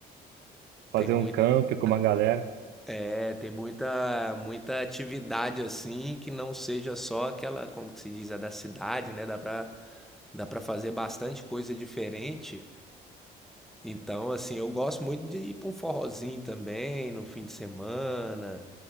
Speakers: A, in the centre; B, on the right.
A: tem
B: Fazer
A: muito,
B: um camp com uma galera,
A: é, tem muita, muita atividade assim que não seja só aquela, como que se diz, a da cidade, né? Dá pra Dá pra fazer bastante coisa diferente. Então, assim, eu gosto muito de ir pra um forrozinho também no fim de semana.